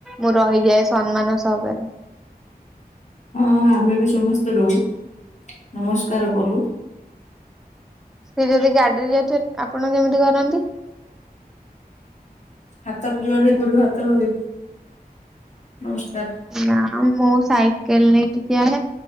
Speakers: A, in the centre; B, on the left.
A: ମୁଁ ରହିଯାଏ ସମ୍ମାନ ସହକରେ।
B: ହଁ ଆମେ ବି ସମସ୍ତେ ରଉ ନମସ୍କାର କରୁ।
A: ସେ ଯଦି ଗାଡିରେ ଯାଉଥିବେ ଆପଣ କେମିତି କରନ୍ତି?
B: ହାତରେ ଜୁଆର ହେଇ ପଡିବୁ ହାତ ଲଗେଇକି ନମସ୍କାର।
A: ନାଁ ମୁଁ ସାଇକେଲ ନେଇକି ଯାଏ